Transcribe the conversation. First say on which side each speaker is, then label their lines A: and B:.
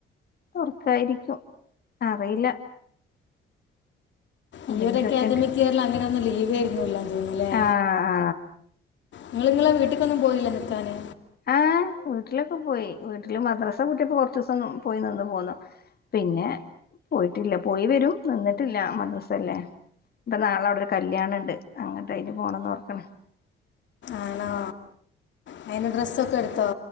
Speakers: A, on the left; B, on the left.
A: തൊറക്കായിരിക്കും അറിയില്ല അല്ലെങ്കിൽ
B: ഈ ഒരു അക്കാദമിക്
A: സെക്കൻഡ്
B: ഇയറിൽ അങ്ങനെ ഒന്നും ലീവ് ഇല്ലെന്ന് തോന്നില്ലേ
A: ആ ആ
B: നിങ്ങ നിങ്ങളെ വീട്ടിക്കൊന്നും പോയില്ല നിൽക്കാന്
A: ആഹ് വീട്ടിലൊക്കെ പോയി വീട്ടില് മദ്രസാ പൂട്ടിപ്പോ കൊറച്ച് ദിവസം പോയി നിന്ന് പോന്നു പിന്നെ പോയിട്ടില്ല പോയി വരും നിന്നിട്ടില്ല മദ്രസ ഇല്ലേ ഇപ്പൊ നാളെവിടെ ഒരു കല്യാണ ഉണ്ട് അങ്ങന് അതിൽ പോണംന്ന് ഓർക്കണ്
B: ആണോ അതിന് ഡ്രസ്സൊക്കെ എടുത്തോ